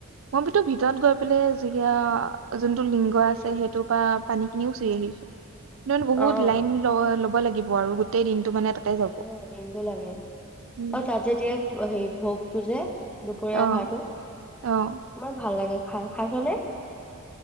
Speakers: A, on the right (about 65°); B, in the centre.
A: মই ভিতো ভিতৰত গৈ পেলাই যেতিয়া, যোনটো লিংগ আছে
B: উম।
A: সেইটোৰ পা পানী খিনিও চুই আহিছো। নহলে বহুত
B: অ',
A: লাইন ল ল'ব লাগে। দিব আৰু গোটেই দিনটো মানে। তাতে যাব।
B: অ দিনটো লাগে
A: উম,
B: আৰু তাত যেতিয়া হে ভোগ টো যে দুপৰীয়া
A: অ',
B: আহাৰটো,
A: অ',
B: আমাৰ ভাল লাগে। হাই ফাই চলে।